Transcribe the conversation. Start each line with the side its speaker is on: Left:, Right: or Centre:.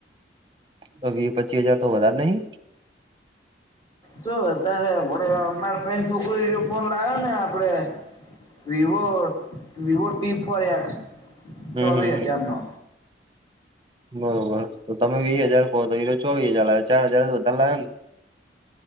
Right: તો વી પચીસ હજાર તો વધારે નહી?
Left: ચ વધારે મા ફન છોકરી ફોન લાવ્યો ને આપડે Vivo Vivo T four X
Right: હમ
Left: ચોવીસ
Right: હમ હમ
Left: હજારનો.
Right: બરોબર તો તમે વીસ હજાર કહો તો ઈરો ચોવીસ હજાર લાવ ચાર હજાર જ વધારે લાવે ને